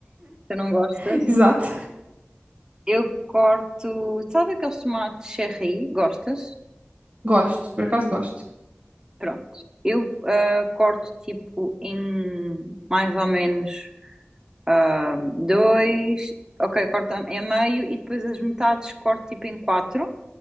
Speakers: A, on the right (about 20°); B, on the right (about 40°).
A: tu não gostas.
B: <laughs> Exato.
A: Eu corto, sabe aqueles tomates cherry? Gostas?
B: Gosto, por acaso gosto.
A: Pronto, eu ah, corto tipo em mais ou menos ah, dois, ok, corto em meio e depois as metades corto tipo em quatro